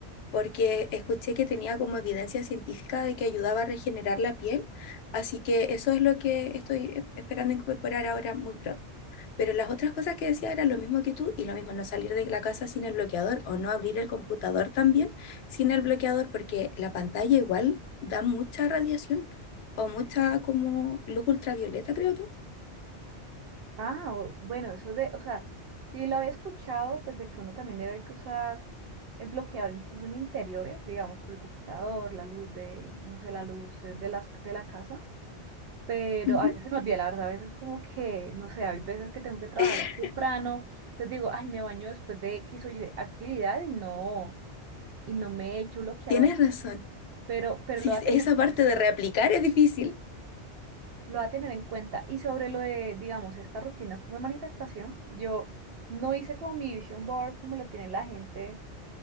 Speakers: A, on the left; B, on the right.
A: porque escuché que tenía como evidencia científica de que ayudaba a regenerar la piel, así que eso es lo que estoy eh, esperando incorporar ahora muy pronto. Pero las otras cosas que decía eran lo mismo que tú y lo mismo, no salir de la casa sin el bloqueador o no abrir el computador también sin el bloqueador, porque la pantalla igual da mucha radiación o mucha como luz ultravioleta, creo que es.
B: Ah, o- bueno, eso de, o sea, sí lo había escuchado, pues de que uno también debe que usar el bloqueador incluso en interiores, digamos, por el computador, la luz de, no sé, la luz eh, de las, de la casa. pero
A: Ujú.
B: a veces se me olvida, la verdad, a veces como que, no sé, hay veces que tengo que trabajar
A: <laughs>
B: muy temprano, entonces digo, ay, me baño después de X o Y actividad y no, y no me echo bloqueador,
A: Tienes razón.
B: pero, pero
A: Sí,
B: lo va a
A: esa
B: tener,
A: parte
B: en cuenta,
A: de reaplicar es difícil.
B: lo va a tener en cuenta. Y sobre lo de, digamos, estas rutinas como de manifestación, yo no hice como mi vision board como lo tiene la gente